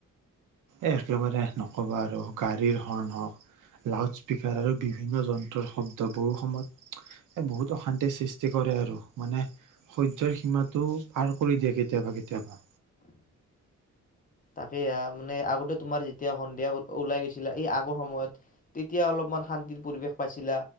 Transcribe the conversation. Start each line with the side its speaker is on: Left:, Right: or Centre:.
Right: এ একেবাৰে নকবা আৰু গাড়ীৰ হৰ্ণ হওঁক লাউড স্পীকাৰ আৰু বিভিন্ন যন্ত্ৰৰ শব্দ বহু সময়ত বহুত অশান্তিৰ সৃষ্টি কৰে আৰু মানে সজজ্যয়ৰ সীমাটো পাৰ কৰি দিয়ে কেতিয়াবা কেতিয়াবা
Left: তাকে মানে আগতে তুমাৰ যেতিয়া সন্ধিয়া ওলাই গৈছিলা এই আগৰ সময়ত তেতিয়া অলপমান শান্তিৰ পৰিৱেশ পাইছিলা